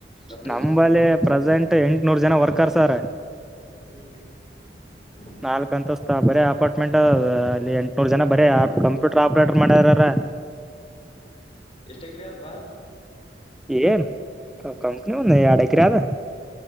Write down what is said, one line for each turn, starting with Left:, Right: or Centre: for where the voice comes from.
Left: ಅಪ್ರಾಕ್ಸಿಮೇಟ್
Centre: ನಂಬಲ್ಲಿ ಪ್ರೆಸೆಂಟ್ ಎಂಟುನೂರ್ ಜನ ವರ್ಕರ್ಸ್ರ ಆರ್
Left: ಹುಂ
Centre: ನಾಲ್ಕ್ ಅಂತಸ್ತ ಬರೀ ಅಪಾರ್ಟ್ಮೆಂಟ್ ಅ ಅಲ್ಲಿ ಎಂಟುನೂರ್ ಜನ ಬರೇ ಕಂಪ್ಯೂಟರ್ ಆಪ್ರೇಟರ್ ಮಾಡ್ಯಾರಾರ
Left: ಎಷ್ಟ ಎಕ್ರೆಯದಪ್ಪಾ
Centre: ಏನ್ ಕ ಕಂಪ್ನಿ ಒಂದು ಯಾಡ್ ಎಕ್ರೆ ಆದ್.